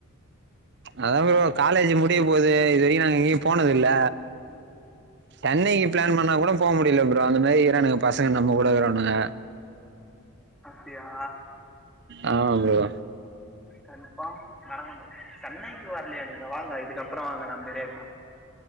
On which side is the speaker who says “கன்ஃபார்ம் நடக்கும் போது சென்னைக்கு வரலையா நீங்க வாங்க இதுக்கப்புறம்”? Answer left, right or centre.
Centre